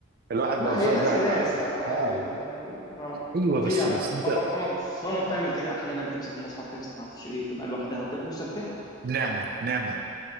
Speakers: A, on the right (about 50°); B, on the left (about 20°).
A: الواحد
B: لا
A: لو فتح
B: هي ناس وناس
A: آه،
B: يعني عادي
A: آه،
B: اه آه.
A: ايوه
B: في
A: بس
B: يعني
A: بس انت
B: ماما ماما ماما بتعمل كده احيانا بتمسك المصحف بتمسك ما اعرفش ايه بتبقى لوحدها وبتبقى مستمتعه
A: نعمه نعمه